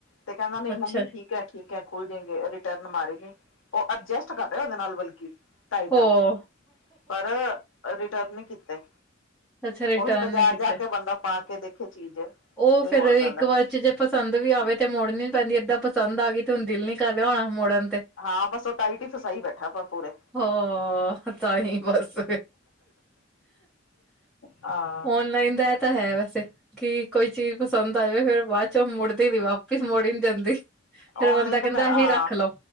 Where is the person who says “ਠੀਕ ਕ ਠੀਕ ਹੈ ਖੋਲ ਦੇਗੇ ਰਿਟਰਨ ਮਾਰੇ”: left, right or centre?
Left